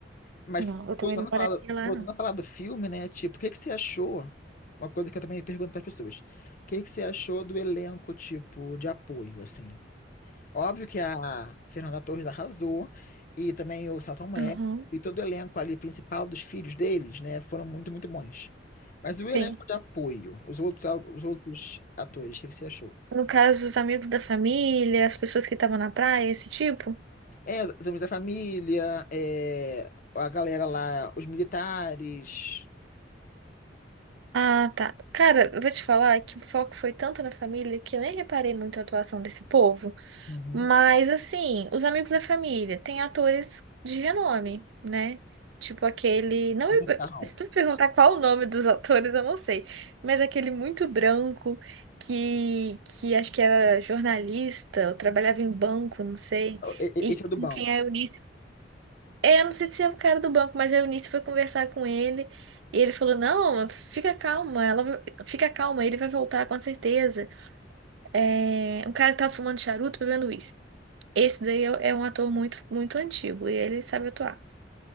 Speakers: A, on the left; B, on the right.
A: Mas
B: Não, eu também
A: voltando
B: não
A: a falar
B: moraria
A: do,
B: lá,
A: voltando
B: não.
A: a falar do filme, né? Tipo, o que que você achou? Uma coisa que eu também pergunto para as pessoas. O que que você achou do elenco, tipo, de apoio, assim? Óbvio que a Fernanda Torres arrasou, e também o Selton Mello,
B: Aham.
A: e todo o elenco ali principal dos filhos deles, né, foram muito, muito bons. Mas
B: Sim.
A: o elenco de apoio, os outros, a- os outros atores, o que que você achou?
B: No caso, os amigos da família, as pessoas que estavam na praia, esse tipo?
A: É, os amigos da família, é, a galera lá, os militares.
B: Ah, tá. Cara, eu vou te falar que o foco foi tanto na família que eu nem reparei muito a atuação desse povo.
A: Uhum.
B: Mas, assim, os amigos da família têm atores de renome, né? Tipo aquele. Não,
A: O Macarrão.
B: me- se tu me perguntar qual o nome dos atores, eu não sei. Mas aquele muito branco que, que acho que era jornalista, ou trabalhava em banco, não sei.
A: E-
B: E
A: e- Esse é o do
B: com
A: banco.
B: quem a Eunice É, eu não sei se é o cara do banco, mas a Eunice foi conversar com ele e ele falou: Não, fica calma, ela vai- fica calma, ele vai voltar com certeza. É, um cara que tava fumando charuto bebendo uísque. Esse daí é é um ator muito, muito antigo e ele sabe atuar.